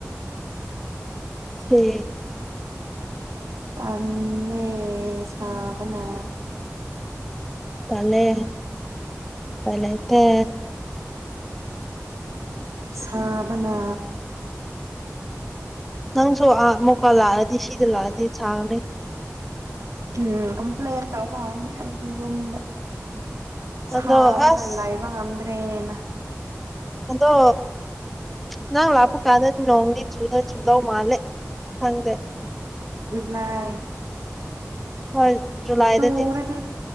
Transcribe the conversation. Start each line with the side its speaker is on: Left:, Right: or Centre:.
Centre: ꯁꯤ
Right: ꯑ ꯁꯥꯕꯅ
Centre: ꯄꯂꯦ ꯄꯂꯦꯇ
Right: ꯁꯥꯥꯕꯅꯥ
Centre: ꯅꯪꯁꯨ ꯑꯥ ꯃꯨꯀꯥ ꯂꯥꯛꯑꯗꯤ ꯁꯤꯗ ꯂꯥꯛꯑꯗꯤ ꯁꯥꯡꯅꯤ
Right: ꯎꯝ ꯀꯝꯄ꯭ꯂꯦꯟꯦꯟ ꯇꯧꯕꯥꯎꯅꯤ ꯍꯥꯏꯗꯤ ꯌꯨꯝꯗ
Centre: ꯑꯗꯣ
Right: ꯁꯥꯕꯅ
Centre: ꯑꯁ
Right: ꯂꯥꯏꯕ ꯉꯝꯗ꯭ꯔꯦꯅ
Centre: ꯑꯗꯣ ꯅꯪ ꯂꯄ ꯀꯥꯗꯅꯤ ꯅꯣꯪꯗꯤ ꯆꯨꯗ ꯆꯨꯗ ꯃꯥꯂꯦ ꯍꯒꯦ
Right: ꯅꯥꯥꯏ
Centre: ꯍꯣꯏ ꯖꯨꯂꯥꯏꯗꯗꯤ
Right: ꯆꯣꯔꯗꯤ